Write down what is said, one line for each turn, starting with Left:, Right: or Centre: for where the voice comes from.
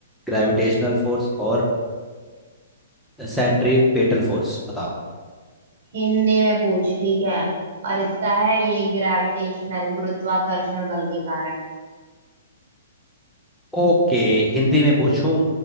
Centre: gravitational force और सेंट्रीपेटल फोर्स बताओ
Right: हिंदी में पूछ ठीक है और इसका है ये ग्रेविटेशनल गुरुत्वाकर्षण बल के कारण
Centre: ओके हिंदी में पूछूं